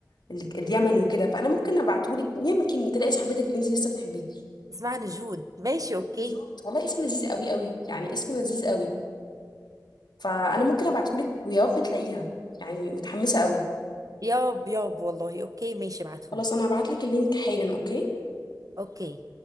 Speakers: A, on the left; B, on the right.
A: ال- اليمن وكده فانا ممكن ابعتهولك يمكن تلاقي صاحبتك اللي انت لسه بتحبيها
B: اسمعني جود ماشي اوكي
A: جود والله اسم لذيذ قوي قوي يعني اسمه لذيذ قوي فانا ممكن ابعتهولك ويا رب تلاقيها يعني متحمسه قوي
B: ياب ياب والله اوكي ماشي ابعتهولي
A: خلاص انا هبعتلك اللينك حالا اوكي
B: اوكي